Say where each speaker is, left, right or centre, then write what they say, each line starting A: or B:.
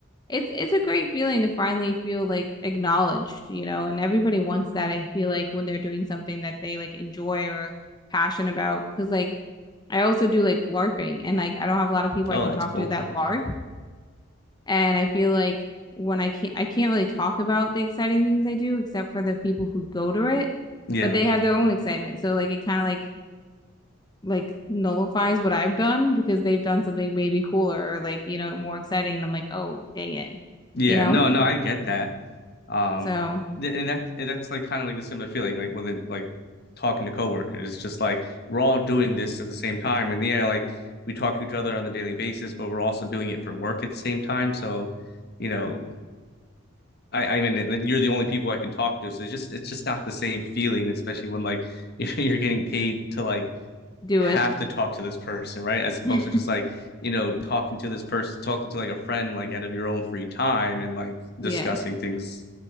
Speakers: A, on the left (about 20°); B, on the left (about 55°).
A: it's it's a great feeling to finally feel like acknowledged, you know. And everybody wants that. I feel like when they're doing something that they like enjoy or passionate about, because like I also do like LARPing, and like I don't have a lot of people
B: that's
A: I can talk
B: cool.
A: to that LARP. And I feel like when I can't, I can't really talk about the exciting things I do except for the people who go to it,
B: Yeah.
A: but they have their own excitement. So like it kind of like like nullifies what I've done because they've done something maybe cooler or like, you know, more exciting. And I'm like, oh, dang it,
B: Yeah.
A: you know?
B: No, no, I get that. Um,
A: So
B: th- and that and that's like kind of like the similar feeling, like with it- like talking to coworkers. It's just like we're all doing this at the same time, and yeah, like we talk to each other on a daily basis, but we're also doing it for work at the same time. So, you know, I, I mean, like, you're the only people I can talk to, so it's just it's just not the same feeling, especially when like <laughs> you're getting paid to like
A: do
B: have
A: it.
B: to talk to this person, right? As opposed
A: <laughs>
B: to just like, you know, talking to this person, talking to like a friend, like out of your own free time and like discussing
A: Yeah.
B: things.